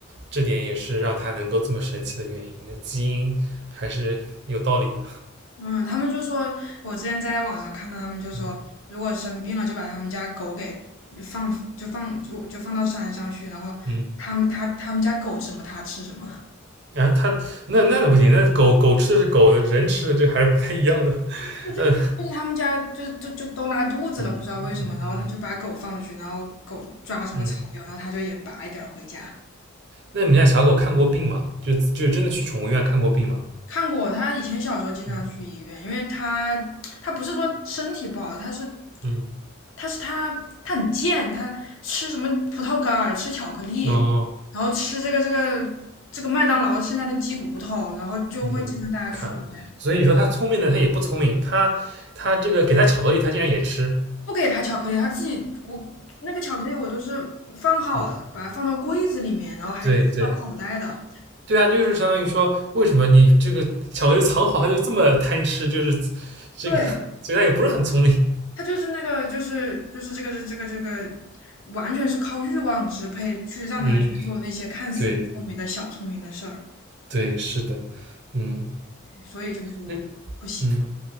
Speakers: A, on the right (about 55°); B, on the left (about 75°).
A: 这点也是让它能够这么神奇的原因。那基因还是有道理的。
B: 嗯，他们就说，我之前在网上看到他们就说，
A: 嗯
B: 如果生病了就把他们家狗给放就放就就放到山上去，然后他们他他们家狗吃什么它吃什么，
A: 嗯，然、后它那那不行，那狗狗吃的是狗的，人吃的这还是不太一样的。
B: <laughs> 我就就是他们家就就就都拉肚子了，
A: 嗯嗯嗯嗯
B: 不知道为什么，然后他就把狗放出去，然后狗抓什么草药，
A: 嗯。
B: 然后他就也拔一点儿回家。
A: 那你们家小狗看过病吗？就就真的去宠物医院看过病吗？
B: 看过，他以前小时候经常去医院，
A: 嗯
B: 因为他他不是说身体不好，他是
A: 嗯
B: 他是他他很贱，他吃什么葡萄干儿，吃巧克力，
A: 哦
B: 然后吃这个这个这个麦当劳剩下的鸡骨头，然后就会经常带他去医院，
A: 嗯，看了，所以你说它聪明的，它也不聪明，它它这个给它巧克力，它竟然也吃，
B: 不给他巧克力，他自己我那个巧克力我都是放好了，
A: 嗯，
B: 把它放到柜子里面，然后还系了口袋的，
A: 对对对啊，就是相当于说，为什么你这个巧克力藏好，它就这么贪吃，就是这个，
B: 对，
A: 所以它也不是很聪明，
B: 他就是那个，就是就是这个这这个这个，完全是靠欲望支配去让他去做那些看似聪明的小聪明的事儿，
A: 嗯，对对，是的，嗯，
B: 所以就是不行。
A: 那嗯，